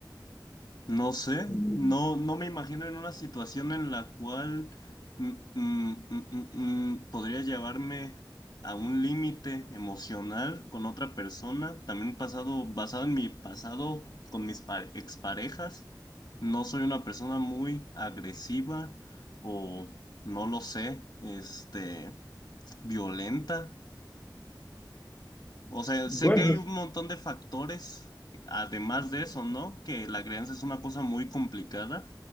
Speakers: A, on the left; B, on the left.
A: no sé,
B: Mm.
A: no, no me imagino en una situación en la cual mm, mm, mm, mm, mm, podría llevarme a un límite emocional con otra persona, también pasado, basado en mi pasado con mis pa- exparejas. No soy una persona muy agresiva o no lo sé, este, violenta. O sea, sé
B: Pues,
A: que hay
B: es-
A: un montón de factores, además de eso, ¿no? Que la crianza es una cosa muy complicada.